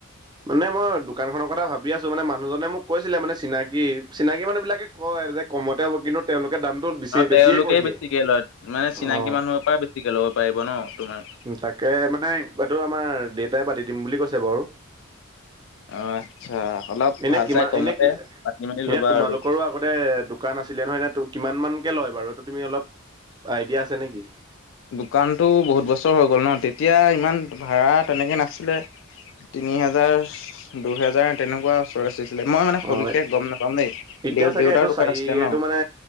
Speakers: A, on the right (about 20°); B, on the left (about 65°).
A: মানে মই দোকান খনৰ কথা ভাবি আছো। মানে মানুহজনে মোক কৈছিলে মানে চিনাকি চিনাকি মানুহ বিলাকে কয় এ যে কমতে হ'ব কিন্তু তেওঁলোকে দামটো বেছি
B: নহয়, তেওঁলোকে
A: বেছিয়ে কৈ দিয়ে
B: বেছিকে লয় মানে চিনাকি
A: অ
B: মানুহৰ পৰা বেছিকে ল'ব পাৰিব ন তোমাৰ।
A: তাকে মানে এইটো আমাৰ দেউতাই পাতি দিম বুলি কৈছে বাৰু।
B: অ' আচ্ছা অলপ
A: এনে,
B: ভাল
A: কিমান
B: চাই কমতে
A: এনে কি
B: পাতি মেলি
A: এনে
B: ল'বা
A: তোমালোকৰো
B: আৰু।
A: আগতে দো কান আছিলে নহয় ন কিমান মানকে লয় বাৰু, এইটো তুমি অলপ আইডিয়া আছে নেকি?
B: দোকানটো বহুত বছৰ হৈ গ'ল ন তেতিয়া ইমান ভাড়া তেনেকৈ নাছিলে। তিনি হেজাৰ দুহেজাৰ তেনেকুৱা ওচৰ আছি লে মই মানে
A: অ',
B: সবিশেষ গম নাপাম দেই,
A: এতিয়া
B: দেউ
A: চাগে
B: দেউতাৰ
A: এইটো
B: দোকান
A: চাৰি
B: আছিলে ন।
A: এইটো মানে